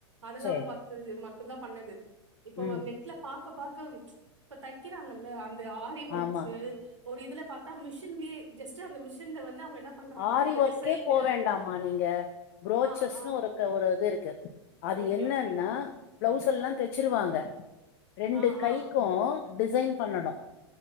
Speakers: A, on the right; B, on the left.
A: அதுல்லாம்
B: சேரி
A: பாத்து மட்டுந்தா பண்ணது இப்ப
B: ம்
A: வந்து நெ ட்ல பாக்க பாக்க இப்ப தக்கிறாங்கல்ல அந்த ஆரி வொர்க்ஸ்ஸு
B: ஆமா
A: ஒரு இதுல பாத்தா மிஷின்லே ஜஸ்ட்டு அந்த மிஷின்ல வந்து அவுங்க என்ன பண்றாங்கன்னா
B: ஆரி
A: இந்த
B: ஒர்க்கே
A: டிசைனு
B: போவேண்டாமா நீங்க புரோச்சஸ்னு
A: ஆ ஆ
B: ஒரு க ஒரு இது இருக்கு அது
A: ஓகே
B: என்னன்னா
A: ஓகே
B: ப்ளவுஸ் எல்லா தச்சிருவாங்க ரெண்டு
A: ஆ
B: கைக்கு
A: ஆ
B: டிசைன் பண்ணனு